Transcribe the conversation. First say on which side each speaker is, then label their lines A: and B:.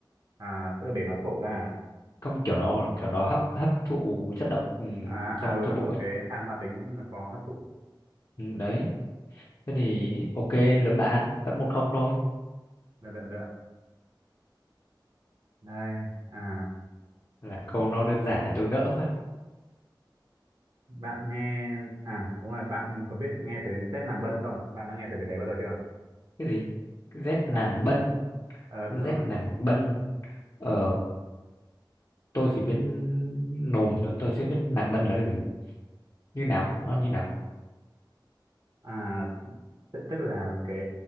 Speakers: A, on the right; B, on the left.
A: à tức là để nó sổ ra
B: không kiểu nó kiểu nó hấp hấp thụ chất độc ừ,
A: à à
B: trong
A: à, ừ
B: trong
A: đúng
B: bụng
A: rồi
B: ấy
A: cái than hoạt tính nó có hấp thụ
B: ừ, đấy thế thì ok lược đã ăn vẫn một không thôi
A: được được được đây à
B: làm câu nó đơn giản là tôi gỡ phát
A: bạn nghe à đúng rồi bạn có biết nghe tới chất làm bân không bạn đã nghe tới cái đấy bao giờ chưa
B: cái gì rét nàng
A: bạn
B: bân
A: ờ đúng
B: rét
A: rồi
B: nàng bân Ờ, tôi chỉ biết nồm thôi, tôi chưa biết nàng bân là cái gì. Như nào? Nó như nào?
A: à tức tức là cái